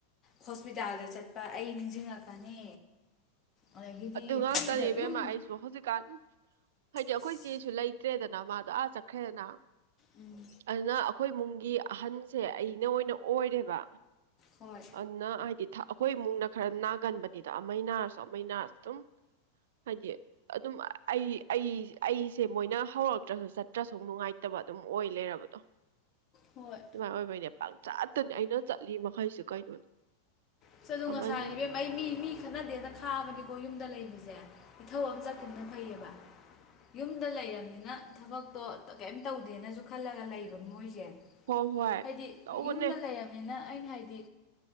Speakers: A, on the left; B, on the right.
A: ꯍꯣꯁꯄꯤꯇꯥꯜꯗ ꯆꯠꯄ ꯑꯩ ꯅꯤꯡꯁꯤꯡꯉꯛꯀꯅꯤ ꯑꯗꯒꯤꯗꯤ
B: ꯑꯗꯨ ꯉꯥꯛꯇꯅꯤ
A: ꯐ꯭ꯔꯤꯗ
B: ꯢꯕꯦꯝꯃ
A: ꯌꯨꯝ
B: ꯑꯩꯁꯨ ꯍꯧꯖꯤꯛꯀꯥꯟ ꯍꯥꯏꯗꯤ ꯑꯩꯈꯣꯏ
A: ꯑꯁ
B: ꯆꯦꯁꯨ ꯂꯩꯇꯦ ꯗꯦꯗꯅ ꯃꯥꯗꯣ ꯑꯗꯥ ꯆꯠꯈ꯭ꯔꯦꯗꯅ
A: ꯎꯝ
B: ꯑꯗꯨꯅ ꯑ ꯈꯣꯏ ꯏꯃꯨꯡꯒꯤ ꯑꯍꯟꯁꯦ ꯑꯩꯅ ꯑꯣꯏꯅ ꯑꯣꯏꯔꯦꯕ
A: ꯍꯣꯏ
B: ꯑꯅꯥ ꯍꯥꯏꯗꯤ ꯑꯩꯈꯣꯏ ꯏꯃꯨꯡꯅ ꯈꯔ ꯅꯥꯒꯟꯕꯅꯤꯗ ꯑꯃꯩ ꯅꯥꯔꯁꯨ ꯑꯃꯩ ꯅꯥꯔꯁꯨ ꯑꯗꯨꯝ ꯍꯥꯏꯗꯤ ꯑꯗꯨꯝ ꯑꯩ ꯑꯩ ꯑꯩꯁꯦ ꯃꯣꯏꯅ ꯍꯧꯔꯛꯇ꯭ꯔꯁꯨ ꯆꯠꯇ꯭ꯔꯁꯨ ꯅꯨꯡꯉꯥꯏꯇꯕ ꯑꯗꯨꯝ ꯑꯣꯏ ꯂꯩꯔꯕꯗꯣ
A: ꯍꯣꯏ
B: ꯑꯗꯨꯃꯥꯢ ꯑꯣꯏꯕꯩꯅꯦ ꯄꯪꯆꯠꯇꯅꯦ ꯑꯩꯅ ꯆꯠꯂꯤ ꯃꯈꯩꯁꯦ ꯀꯩꯅꯣꯅꯦ
A: ꯑꯁ ꯑꯗꯨ
B: ꯑꯃꯅ
A: ꯉꯁꯥꯏ ꯏꯕꯦꯝ ꯑꯩ ꯃꯤ ꯃꯤ ꯈꯠꯅꯗꯦꯅ ꯈꯥꯕꯅꯤ ꯀꯣ ꯌꯨꯝꯗ ꯂꯩꯕꯁꯦ ꯏꯊꯧ ꯑꯃ ꯆꯠꯈꯤꯕꯅ ꯐꯩꯌꯦꯕ ꯌꯨꯝꯗ ꯂꯩꯔꯕꯅꯤꯅ ꯊꯕꯛꯇꯣ ꯀꯩꯝ ꯇꯧꯗꯦꯅꯁꯨ ꯈꯜꯂꯒ ꯂꯩꯕ ꯃꯣꯏꯁꯦ
B: ꯍꯣ ꯍꯣꯏ
A: ꯍꯥꯏꯗꯤ
B: ꯇꯧꯕꯅꯦ
A: ꯌꯨꯝꯗ ꯂꯩꯔꯕꯅꯤꯅ ꯑꯩꯅ ꯍꯥꯏꯗꯤ